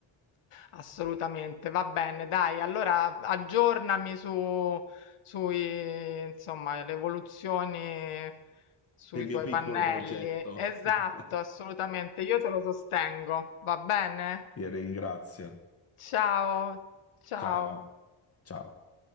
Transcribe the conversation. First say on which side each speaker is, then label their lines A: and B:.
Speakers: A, on the left (about 85°); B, on the left (about 30°).
A: Assolutamente, va bene, dai, allora aggiornami su, sui, insomma, le evoluzioni sui
B: Del mio
A: tuoi
B: piccolo
A: pannelli.
B: progetto.
A: Esatto,
B: <laughs>
A: assolutamente, io te lo sostengo, va bene?
B: Ti ringrazio.
A: Ciao, ciao.
B: Ciao. Ciao.